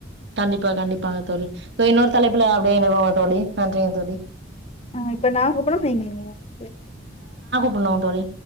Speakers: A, on the right; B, on the left.
A: கண்டிப்பா கண்டிப்பாங்க தோழி சோ இன்னொரு தலைப்புல அப்டியே இணைவோங்க தோழி நன்றிங்க தோழி
B: ஆஹ் இப்ப நா கூப்டாம நீங்க இணையலா செரி
A: புட்ணு தோழி